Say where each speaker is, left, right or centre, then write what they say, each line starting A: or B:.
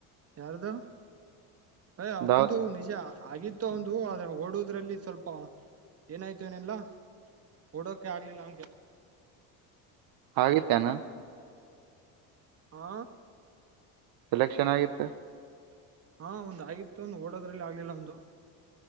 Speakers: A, on the right (about 35°); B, on the right (about 55°).
A: ಯಾರ್ದು ಯ್ ಅವಂದು
B: ದಾವ್
A: ನಿಜ ಆಗಿತ್ತು ಒಂದು ಅದ್ರ ಓಡುದು. ದ್ರಲ್ಲಿ ಸ್ವಲ್ಪ ಏನಾಯ್ತು ಏನಿಲ್ಲ ಓಡೋಕೆ ಆಗ್ಲಿಲ್ಲ ಅವಂಗೆ
B: ಹಾಗತೇನಾ
A: ಹಾ
B: ಸೆಲೆಕ್ಷನ್ ಆಗಿತ್ತು
A: ಹಾ ಒಂದ ಆಗತ್ತು ಒಂದು ಓಡೋದ್ರಲ್ಲಿ ಆಗ್ಲಿಲ್ಲ ಒಂದು